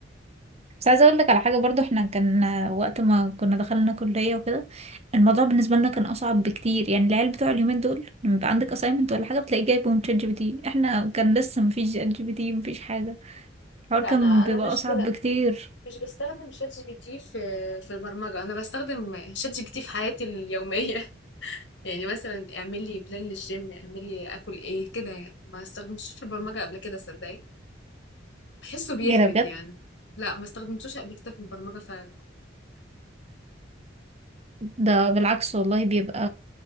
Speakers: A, on the right; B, on the left.
A: بس عايزة اقول لك على حاجة برضو احنا كان وقت ما كنا دخلنا كلية وكده الموضوع بالنسبة لنا كان اصعب بكتير يعني العيال بتوع اليومين دول لما يبقى عندك assignment ولا حاجة بتلاقيه جايبهم شات جي بي تي احنا كان لسه مفيش شات جي بي تي مفيش حاجة الحوار
B: لا
A: كان
B: انا
A: بيبقى
B: انا مش
A: اصعب
B: ب...
A: بكتير
B: مش بستخدم شات جي بي تي في في البرمجة أنا بستخدم شات جي بي تي في حياتي اليومية <laughs> يعني مثلا اعمل لي بلان للجيم اعمل لي أكل إيه كده يعني ما استخدمتوش في البرمجة قبل كده صدقني بحسه بيهبد
A: ايه ده بجد
B: يعني لا ما استخدمتوش قبل كده في البرمجة فعلا
A: ده بالعكس والله بيبقى